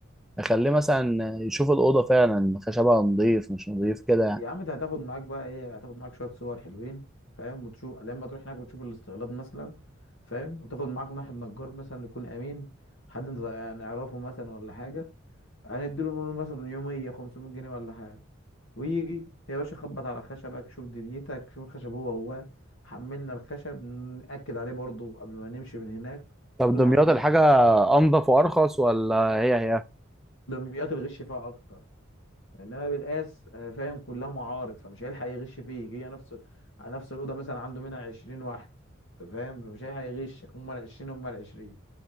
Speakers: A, in the centre; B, on the left.
A: اخليه مثلا يشوف الاوضه فعلا خشبها نضيف مش نضيف كده يعني
B: يا عم انت هتاخد معاك بقى ايه هتاخد معاك شويه صور حلوين فاهم وتشوف لما تروح هناك وتشوف الاستقلال مثلا فاهم وتاخد معاك واحد نجار مثلا يكون امين حد انت يعني نعرفه مثلا ولا حاجه هنديله نقول له مثلا يوميه 500 جنيه ولا حاجه ويجي يا باشا خبط على خشبك شوف دنيتك شوف الخشب هو هو حملنا الخشب نأكد عليه برضه قبل ما نمشي من هناك
A: طب
B: كل
A: دمياط
B: حاجه تمام
A: الحاجه انضف وارخص ولا هي هي
B: دمياط الغش فيها اكتر انما بالقاس آه، فاهم كلها معارض فمش هيلحق يغش فيك هي نفس على نفس الاوضه مثلا عنده منها 20 واحد انت فاهم فمش هيلحق يغشك هم ال 20 هم ال 20